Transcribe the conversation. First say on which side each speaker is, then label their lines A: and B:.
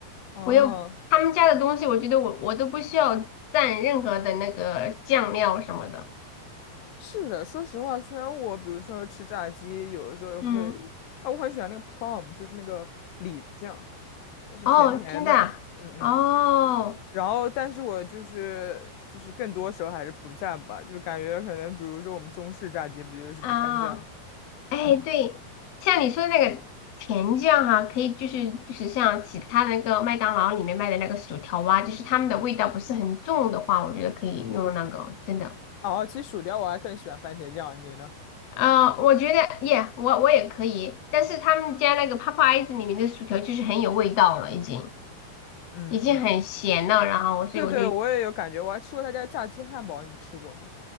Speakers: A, on the left (about 75°); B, on the left (about 45°).
A: 哦、
B: 我又他们家的东西，我觉得我我都不需要蘸任何的那个酱料什么的。
A: 是的，说实话，虽然我比如说吃炸鸡，有的时候也会，
B: 嗯，
A: 啊，我很喜欢那个 plum，就是那个李子酱，也是甜甜的，
B: 哦，真的啊？
A: 嗯嗯。
B: 哦
A: 然后，但是我就是就是更多时候还是不蘸吧，就是感觉可能比如说我们中式炸鸡不就是不蘸酱
B: 啊。哎，
A: <laughs>？
B: 对，像你说的那个甜酱哈、可以就是就是像其他的那个麦当劳里面卖的那个薯条啊，就是他们的味道不是很重的话，我觉得可以用那个，真的。
A: 哦，其实薯条我还更喜欢番茄酱，你呢？
B: 呃，我觉得耶我我也可以，但是他们家那个 p o p e y e 里面的薯条就是很有味道了，已经
A: 嗯嗯，
B: 已经很咸了，然后所以我就，
A: 对对，我也有感觉，我还吃过他家炸鸡汉堡，你吃过吗？